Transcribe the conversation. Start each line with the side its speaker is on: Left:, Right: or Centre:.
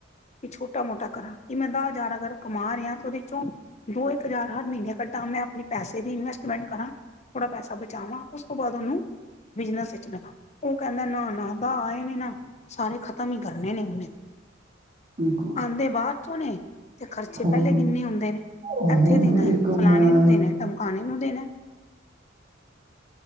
Left: ਵੀ ਛੋਟਾ ਮੋਟਾ ਕਰਾਂ, ਕਿ ਮੈਂ ਦ ਹਜ਼ਾਰ ਅਗਰ ਕਮਾ ਰਿਹਾ ਤੇ ਉਹਦੇ ਦੋ ਇੱਕ ਹਜ਼ਾਰ ਹਰ ਮਹੀਨੇ ਕੱਢਾਂ ਮੈਂ, ਆਪਣੇ ਪੈਸੇ ਦੀ ਇਨਵੈਸਟਮੈਂਟ ਕਰਾਂ ਥੋੜਾ ਪੈਸਾ ਬਚਾਵਾਂ ਉਸ ਤੋਂ ਬਾਅਦ ਉਹਨੂੰ ਬਿਜਨਸ ਵਿੱਚ ਉਹ ਕਹਿੰਦਾ ਨਾ ਨਾ ਦਾਏ ਨੇ ਨਾ ਸਾਰੇ ਖ਼ਤਮ ਹੀ ਕਰਨੇ ਨੇ ਹੁਣੇ
Right: ਬਿਲਕੁਲ
Left: ਆਉਂਦੇ ਬਾਹਰ ਚੋਣੇ ਤੇ ਖਰਚੇ
Right: ਹੁਣ
Left: ਪਹਿਲੇ ਕਿੰਨੇ ਹੁੰਦੇ ਦੇਣੇ
Right: ਹੁਣ
Left: ਇੱਥੇ ਦੇਣਾ
Right: ਇੱਕ
Left: ਫਲਾਣੇ
Right: ਮੈਂ
Left: ਨੂੰ ਦੇਣਾ ਟਮਕਾਣੇ ਨੂੰ ਦੇਣਾ।